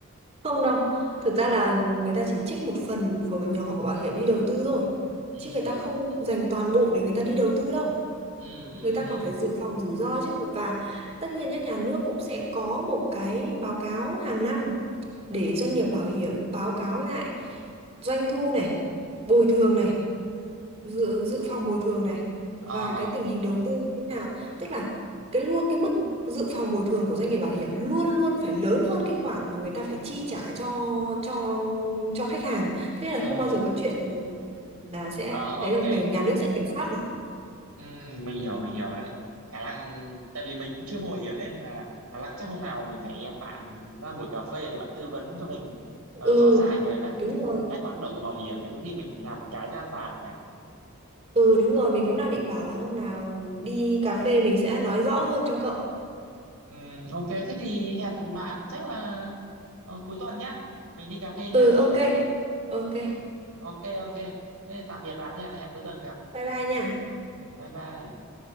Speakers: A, on the right; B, on the right.
A: Không đâu, thực ra là người ta chỉ trích một phần của nhỏ của bảo hiểm đi đầu tư thôi.
B: ừ
A: Chứ người ta không dành toàn bộ để người ta đi đầu tư đâu.
B: ừ ừ
A: Người ta
B: ừ
A: còn phải dự phòng rủi ro chứ. Và tất nhiên nhá, nhà nước cũng sẽ có một cái báo cáo hàng năm để doanh nghiệp bảo hiểm báo cáo lại doanh thu này, bồi thường này dự, dự phòng bồi thường này và
B: ờ
A: cái tình hình đầu tư như thế nào tức là cái luôn cái mức dự phòng bồi thường của doanh nghiệp bảo hiểm luôn luôn phải lớn hơn cái khoản mà người ta phải chi trả cho cho cho khách hàng thế nên
B: ừ
A: là không bao giờ có chuyện là sẽ
B: ờ ok
A: thấy đâu ngày nhà nước sẽ kiểm soát mà
B: Ừ, ừ, mình hiểu mình hiểu đấy khả năng tại vì mình cũng chưa mua bảo hiểm nên là khả năng chắc hôm nào mình phải hẹn bạn ra buổi cà phê để bạn tư vấn cho mình
A: ừ
B: ờ, rõ ràng về các
A: đúng rồi
B: cách hoạt động của bảo hiểm này có khi mình làm một cái cho an toàn nhỉ
A: ừ đúng rồi mình cũng đang định bảo là hôm nào đi cà phê mình sẽ nói rõ hơn cho cậu
B: ừ, ok thế thì hẹn bạn chắc là ờ, cuối tuần nhá mình đi cà phê nhá
A: ừ ok ok
B: ok ok thế tạm biệt bạn nha hẹn cuối tuần gặp
A: bye bye nha
B: Ừ, bye bye